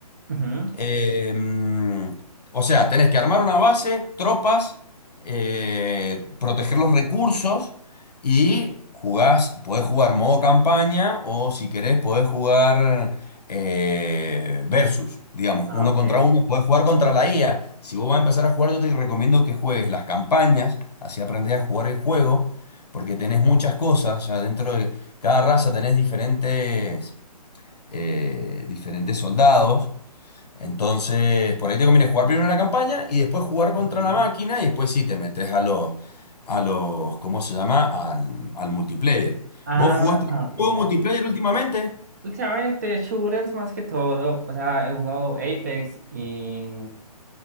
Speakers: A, on the right; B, on the left.
A: Ujú.
B: Eh, mm, o sea, tenés que armar una base, tropas, eh, proteger los recursos y jugás, podés jugar modo campaña o si querés podés jugar eh, versus, digamos,
A: Ah,
B: uno
A: ok.
B: contra uno, podés jugar contra la IA. Si vos vas a empezar a jugar, yo te recomiendo que juegues las campañas, así aprendés a jugar el juego, porque tenés muchas cosas, o sea, dentro de cada raza tenés diferentes, eh, diferentes soldados. Entonces, por ahí te conviene jugar primero la campaña y después jugar contra
A: Ujú.
B: la máquina y después sí te metes a los, a los, ¿cómo se llama? Al, al multiplayer.
A: Ah,
B: ¿Vos jugaste
A: ok,
B: juego
A: dale.
B: multiplayer últimamente?
A: Últimamente, shooters más que todo. O sea, he jugado Apex y